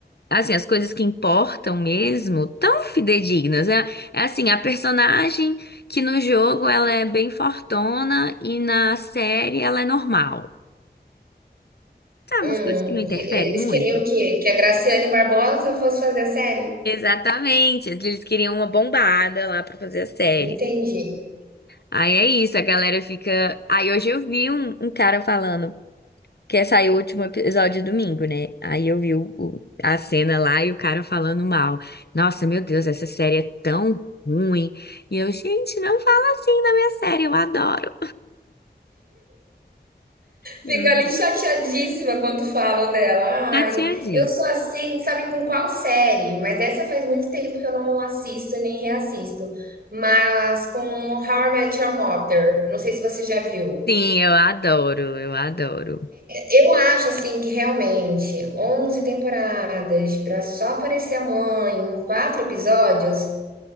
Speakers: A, on the left; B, on the right.
A: assim, as coisas que importam mesmo, tão fidedignas. É, é assim, a personagem que no jogo ela é bem fortona e na série ela é normal. Sabe,
B: Hum,
A: umas coisas que não
B: e
A: interferem
B: eles
A: muito.
B: queriam que, que a Graciane Barbosa fosse fazer a série.
A: Exatamente, eles queriam uma bombada lá pra fazer a série.
B: Não entendi.
A: Aí é isso, a galera fica. Aí hoje eu vi um, um cara falando. Que saiu o último episódio domingo, né? Aí eu vi o, o- a cena lá e o cara falando mal. Nossa, meu Deus, essa série é tão ruim. E eu, gente, não fala assim da minha série, eu adoro. Uhum.
B: Fica ali chateadíssima quando falam dela. Ai,
A: Já tinha dito.
B: eu sou assim, sabe com qual série? Mas essa faz muito tempo que eu não assisto e nem reassisto. Mas com How I Met Your Mother. Não sei se você já viu.
A: Sim, eu adoro, eu adoro.
B: Eu acho assim que realmente 11 temporadas para só aparecer a mãe em quatro episódios